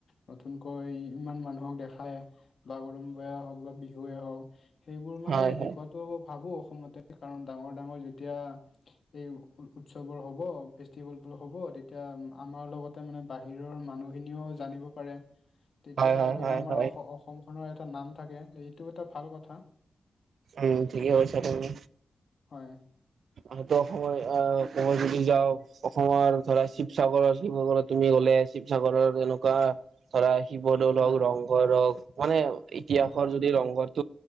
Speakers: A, on the left (about 60°); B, on the right (about 85°).
A: নতুনকৈ ইমান মানুহক দেখায় বাগৰুম্বা বা হওক বা বিহুৱে হওক সেইবোৰ মানে
B: হয় হয়
A: দেখুৱাতটো ভাবো অসমতে কাৰণ ডাঙৰ-ডাঙৰ যেতিয়া এই উৎসৱবোৰ হ'ব, ফেষ্টিভেল বোৰ হ'ব, তেতিয়া আমাৰ লগত ত মানে বাহিৰৰ মানুহখিনিও জানিব পাৰে।
B: <unintelligible>
A: তেতিয়া
B: হয়
A: ধৰা
B: হয় হয়
A: আমাৰ
B: হয়
A: অসমখনৰ এটা নাম থাকে, এইটো এটা ভাল কথা।
B: উম ঠিকেই কছা তুমি।
A: হয়।
B: আহতো সময় আহ সময় যদি যাওঁ অসমৰ ধৰা শিৱসাগৰৰ শিৱসাগৰত তুমি গ'লে, শিৱসাগৰৰ এনেকুৱা ধৰা শিৱদৌল
A: হয়
B: হওক, ৰংঘৰ হওক মানে ইতিহাসৰ
A: হয়
B: যদি ৰংঘ ত